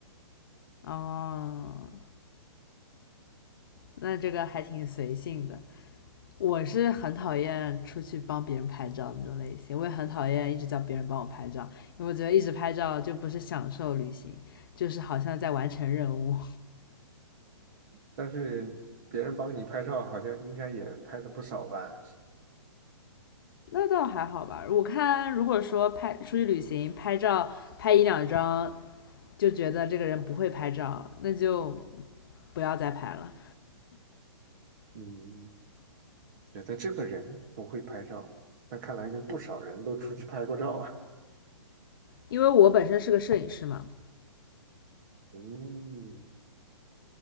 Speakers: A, on the left; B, on the right.
A: 哦，那这个还挺随性的。我是很讨厌出去帮别人拍照那种类型，我也很讨厌一直叫别人帮我拍照，因为我觉得一直拍照就不是享受旅行，就是好像在完成任务。
B: 但是别人帮你拍照，好像应该也拍的不少吧？
A: 那倒还好吧。我看如果说拍出去旅行拍照拍一两张，就觉得这个人不会拍照，那就不要再拍了。
B: 嗯，觉得这个人不会拍照，那看来跟不少人都出去拍过照啊。
A: 因为我本身是个摄影师嘛。
B: 嗯，